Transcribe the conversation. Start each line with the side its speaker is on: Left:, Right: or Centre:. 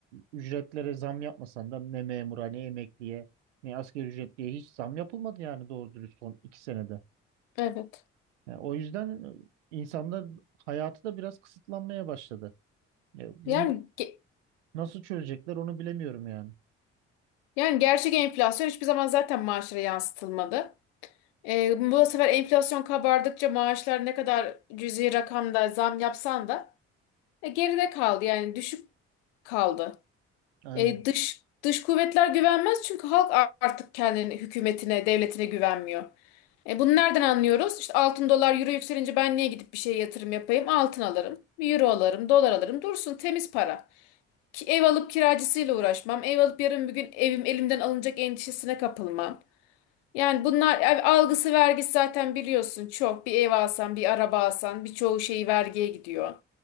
Right: ücretlere zam yapmasan da ne memura ne emekliye ne asgari ücretliye hiç zam yapılmadı yani doğru dürüst son iki senede.
Left: evet.
Right: Yani o yüzden e, insanlar hayatı da biraz kısıtlanmaya başladı. E, bunu
Left: Yani ge-
Right: nasıl çözecekler onu bilemiyorum yani.
Left: yani gerçek enflasyon hiçbir zaman zaten maaşlara yansıtılmadı. Ee, bu sefer enflasyon kabardıkça maaşlar ne kadar cüzi rakamda zam yapsan da E, geride kaldı yani düşük kaldı.
Right: Aynen.
Left: E, dış dış kuvvetler güvenmez çünkü halk a- artık kendini hükümetine, devletine güvenmiyor. E, bunu nereden anlıyoruz? İşte altın dolar euro yükselince ben niye gidip bir şeye yatırım yapayım? Altın alırım, bir euro alırım, dolar alırım. Dursun temiz para. Ki ev alıp kiracısıyla uğraşmam. Ev alıp yarın bir gün evim elimden alınacak endişesine kapılmam. Yani bunlar yani algısı vergisi zaten biliyorsun çok. Bir ev alsan, bir araba alsan birçoğu şey vergiye gidiyor.